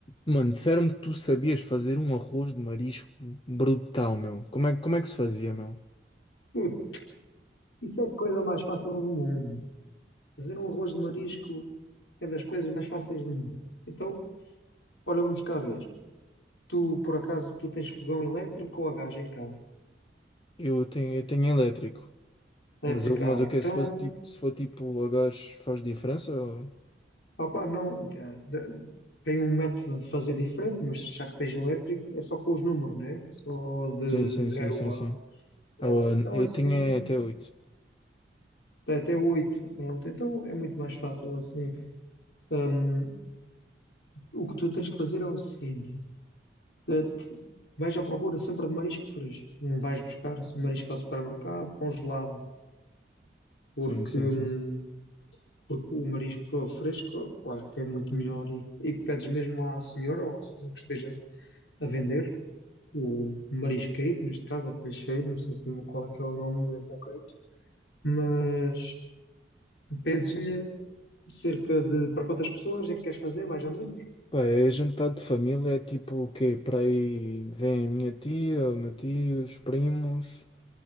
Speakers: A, on the left (about 30°); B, on the left (about 80°).
A: Mano, disseram-me que tu sabias fazer um arroz de marisco brutal, meu. Como é, como é que se fazia, meu?
B: Puto, isso é a coisa mais fácil do mundo. Fazer um arroz de marisco é das coisas mais fáceis do mundo. Então, olha, vamos cá ver. Tu, por acaso, tu tens fogão elétrico ou a gás em casa?
A: Eu tenho, eu tenho elétrico.
B: Elétrico,
A: Mas eu, mas
B: ah,
A: eu
B: então,
A: quero, se fosse tipo, se for tipo a gás, faz diferença? ou-
B: opá, não, te- te- tem um método de fazer diferente, mas já que tens elétrico, é só com os números, né? Só de
A: Sim, sim,
B: zero
A: sim, sim,
B: a,
A: sim.
B: pronto,
A: Ah, bueno,
B: então
A: eu
B: assim,
A: tinha até oito.
B: até até 8, pronto, então é muito mais fácil assim. Hum, o que tu tens que fazer é o seguinte. Eh, t- Vais à procura sempre de marisco fresco. Não vais buscar esse marisco ao supermercado congelado, porque,
A: Sim, sim,
B: hum,
A: sim.
B: porque o marisco fresco, claro que é muito melhor. E, e pedes mesmo à senhora ou ao senhor que esteja a vender o marisqueiro, neste caso, ou peixeiro, não sei como, qual é que é o nome em concreto, mas pedes-lhe cerca de para quantas pessoas é que queres fazer, mais ou menos?
A: Pá, é jantar de família, é tipo o quê? Para aí vem a minha tia, o meu tio, os primos,